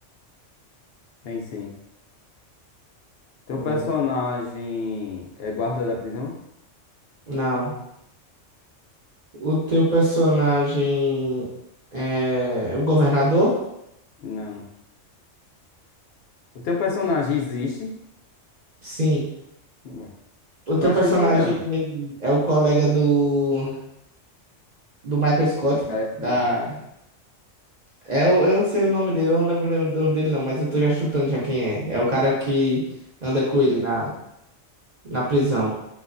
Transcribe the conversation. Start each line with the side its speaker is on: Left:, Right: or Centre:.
Left: Tem sim. Teu
Right: Hum,
Left: personagem é guarda da prisão?
Right: Não. O teu personagem é o governador?
Left: Não. O teu personagem existe?
Right: Sim.
Left: Não.
Right: O
Left: Eu
Right: teu
Left: tô achando
Right: personagem
Left: que não.
Right: é o colega do, do Michael Scott,
Left: É
Right: da
Left: sim.
Right: É, eu, eu sei o nome dele, eu não lembro o nome dele não, mas eu tô já chutando já quem é. É o cara que anda com ele na, na prisão,